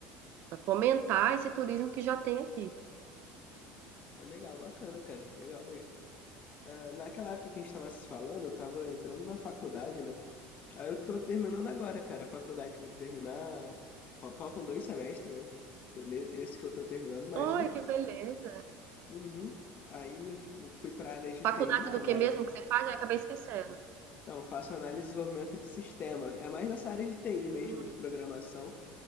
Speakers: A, on the right; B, on the left.
A: fomentar esse turismo que já tem aqui.
B: Pô, legal, bacana, cara. Legal mesmo. Ah, naquela época que a gente tava se falando, eu tava entrando na faculdade, né? Aí eu tô terminando agora, cara. A faculdade vai terminar. fa- Faltam dois semestres, né? Tô ne- Esse que eu tô terminando, mais
A: Ai,
B: um.
A: que beleza.
B: Uhum. Aí eu t- eu fui pra área de
A: Faculdade
B: TI,
A: do
B: que é
A: que
B: uma
A: mesmo
B: área
A: que você faz? Eu acabei esquecendo.
B: Então, eu faço análise e desenvolvimento de sistema. É mais nessa área de TI mesmo,
A: Hum,
B: de programação,